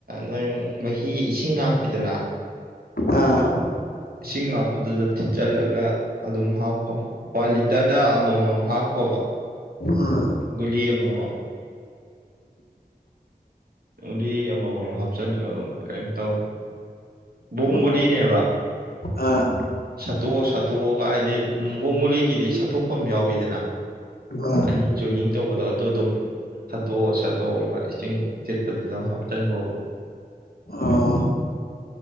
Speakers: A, on the right (about 70°); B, on the left (about 75°).
A: ꯅꯣꯏ ꯃꯍꯤ ꯏꯁꯤꯡ ꯍꯥꯞꯄꯤꯗꯅ
B: ꯑꯥ
A: ꯏꯁꯤꯡ ꯍꯥꯥꯞꯄꯗꯨꯗ ꯊꯤꯠꯆꯜꯂꯒ ꯑꯗꯨꯝ ꯍꯥꯞꯈꯣ ꯋꯥꯟ ꯂꯤꯇꯔꯗ ꯑꯃꯃꯝ ꯍꯥꯞꯈꯣꯕ
B: ꯑꯥ
A: ꯒꯨꯂꯤ ꯑꯃꯃꯝ ꯒꯨꯂꯤ ꯑꯃꯃꯝ ꯍꯥꯞꯆꯤꯟꯒꯣ ꯑꯗꯨꯝ ꯀꯩꯌꯤꯝ ꯇꯧꯔꯣꯏ ꯕꯣꯝ ꯒꯨꯂꯤꯅꯦꯕ
B: ꯑꯣ ꯑꯥ
A: ꯁꯠꯇꯣꯛꯑꯒ ꯁꯠꯇꯣꯛꯑꯒ ꯍꯥꯏꯗꯤ ꯕꯣꯝ ꯒꯨꯂꯤꯒꯤꯗꯤ ꯁꯠꯇꯣꯛꯐꯝ ꯌꯥꯎꯏꯗꯅ
B: ꯑꯥ
A: ꯑꯅꯤ ꯖꯣꯏꯅꯤꯡ ꯇꯧꯕꯗꯣ ꯑꯗꯨ ꯑꯗꯨꯝ ꯁꯠꯇꯣꯛꯑꯒ ꯁꯠꯇꯣꯛꯑꯒ ꯏꯁꯤꯡ ꯊꯤꯠꯄꯗꯨꯗ ꯍꯥꯞꯆꯤꯟꯈꯣꯕ
B: ꯑꯣ